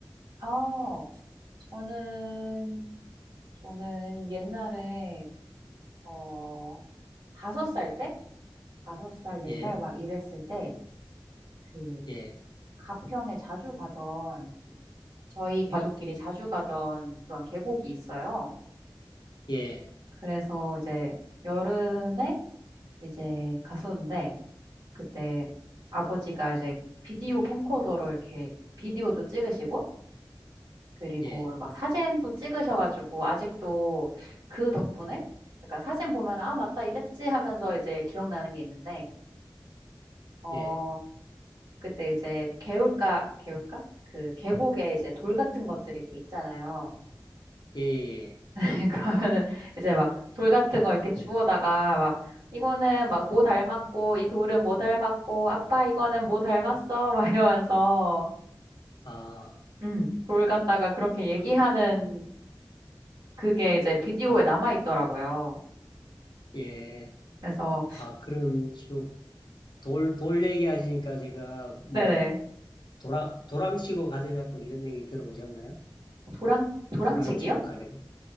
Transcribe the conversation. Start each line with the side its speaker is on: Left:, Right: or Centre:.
Right: 아, 저는 저는 옛날에 어 다섯 살 때, 다섯 살, 네
Left: 예,
Right: 살 막 이랬을 때 그
Left: 예,
Right: 가평에 자주 가던 저희 가족끼리 자주 가던 그런 계곡이 있어요.
Left: 예,
Right: 그래서 이제 여름에 이제 갔었는데 그때 아버지가 이제 비디오 캠코더로 이렇게 비디오도 찍으시고 그리고
Left: 예,
Right: 막 사진도 찍으셔가지고 아직도 그 덕분에 약간 사진 보면 아 맞다 이랬지 하면서 이제 기억나는 게 있는데 어,
Left: 예,
Right: 그때 이제 개울가, 개울가? 그 계곡에 이제 돌 같은 것들이 이렇게 있잖아요.
Left: 예. 예.
Right: <laughs> 그러면은 이제 막 돌 같은 거 이렇게 주워다가 막 이거는 막 뭐 닮았고 이 돌은 뭐 닮았고 아빠 이거는 뭐 닮았어 막 이러면서
Left: 아,
Right: 음, 돌 갖다가 그렇게 얘기하는
Left: 그,
Right: 그게 이제 비디오에
Left: 아,
Right: 남아 있더라고요.
Left: 예.
Right: 그래서
Left: 아, 그럼 지금 돌, 돌 얘기하시니까 제가 뭐,
Right: 네네
Left: 도랑, 도랑치고 가재 잡고 이런 얘기 들어보셨나요?
Right: 도랑 도랑치기요?
Left: 도랑치고 가재,